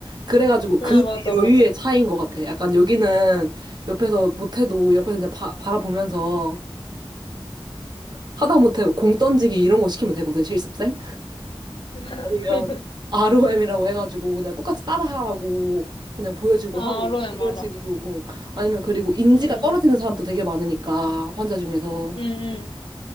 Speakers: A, on the right; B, on the left.
A: 그래가지고 그
B: 응, 응, 맞아,
A: 여유의
B: 맞아.
A: 차이인 것 같아. 약간 여기는 옆에서 못해도 옆에서 그냥 바, 바라보면서 하다못해 공 던지기 이런 거 시키면 되거든, 실습생?
B: <laughs>
A: 아니면 ROM이라고 해가지고 그냥 똑같이 따라하라고 그냥 보여주고
B: 아,
A: 하고
B: 아로에
A: 이런
B: 마라.
A: 식으로. 어. 아니면 그리고 인지가
B: 음,
A: 떨어지는 사람도 되게 많으니까 환자 중에서.
B: 응응